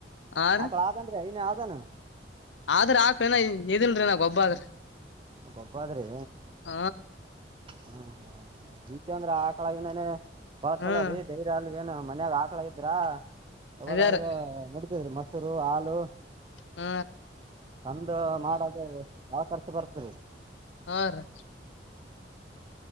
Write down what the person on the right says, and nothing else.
ಆಕಳ ಆದನ್ರಿ ಐನೇ ಆದನ್
ಕೊಪಾದ್ರಿ
ಹ್ಮ ಹ್ಮ ನಿತ ಅಂದ್ರೆ ಆಕಳ ಗಿನನೆ ಬಾಲ್
ಚಲ ರೀ <unintelligible> ಅಲ್ಗೆನ ಮನ್ಯಾಗ ಆಕ್ಲ ಇದ್ರ ಯಾವದಾದ್ರೆ
ನಡ <unintelligible> ಮೊಸರು ಹಾಲು
ತಂದು ಮಾಡದ ಭಾಳ ಖರ್ಚ ಬರ್ತರಿ.